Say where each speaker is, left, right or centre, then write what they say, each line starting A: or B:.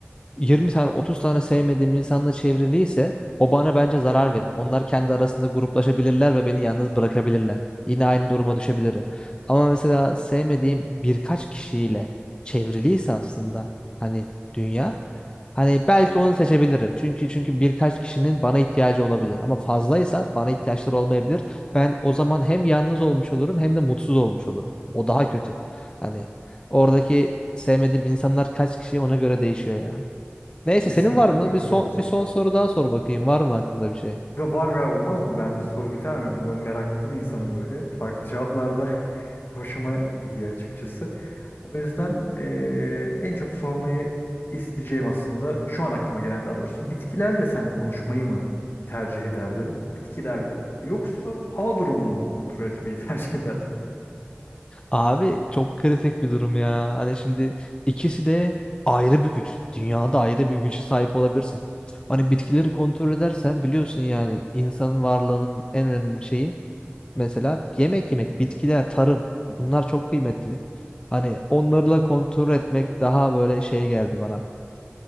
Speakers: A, on the left (about 25°); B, on the left (about 55°).
A: 20 tane 30 tane sevmediğim insanla çevriliyse o bana bence zarar verir. Onlar kendi arasında gruplaşabilirler ve beni yalnız bırakabilirler. Yine aynı duruma düşebilirim. Ama mesela sevmediğim birkaç kişiyle çevriliyse aslında hani dünya hani belki onu seçebilirim. Çünkü çünkü birkaç kişinin bana ihtiyacı olabilir ama fazlaysa bana ihtiyaçları olmayabilir. Ben o zaman hem yalnız olmuş olurum hem de mutsuz olmuş olurum. O daha kötü. Hani oradaki sevmediğim insanlar kaç kişi ona göre değişiyor ya. Neyse
B: Kesinlikle
A: senin var mı?
B: doğru
A: Bir
B: söylüyorsun.
A: son bir son soru daha sor bakayım. Var mı aklında bir şey?
B: Kanka var ver olmaz mı? Bende soru biter mi ya? Ben meraklı bir insanım böyle. Farklı cevaplarda <laughs> hoşuma gidiyor açıkçası. O yüzden eee, en çok sormayı isteyeceğim aslında şu an aklıma gelen daha doğrusu. Bitkilerle sen konuşmayı mı tercih ederdin? Bitkilerle. Yoksa hava durumunu mu kontrol etmeyi <laughs> tercih ederdin?
A: Abi çok kritik bir durum ya. Hani şimdi ikisi de ayrı bir güç. Dünyada ayrı bir güce sahip olabilirsin. Hani bitkileri kontrol edersen biliyorsun yani insanın varlığının en önemli şeyi mesela yemek yemek, bitkiler, tarım
B: Hı
A: bunlar çok kıymetli. Hani onlarla kontrol etmek daha böyle şey geldi bana.